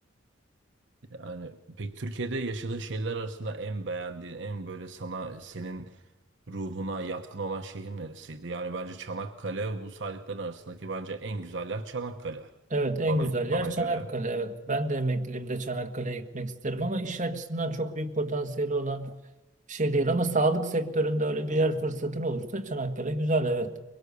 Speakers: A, on the right; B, on the right.
A: Yani pek Türkiye'de yaşadığın şeyler arasında en beğendiğin, en böyle sana senin ruhuna yatkın olan şehir neresiydi? Yani bence Çanakkale bu saydıkların arasındaki bence en güzel yer Çanakkale.
B: Evet en
A: Bana
B: güzel yer
A: bana
B: Çanakkale.
A: göre.
B: Evet ben de emekliliğimde Çanakkale'ye gitmek isterim ama iş açısından çok büyük potansiyeli olan bir şey değil. Ama sağlık sektöründe öyle bir yer fırsatın olursa Çanakkale güzel evet.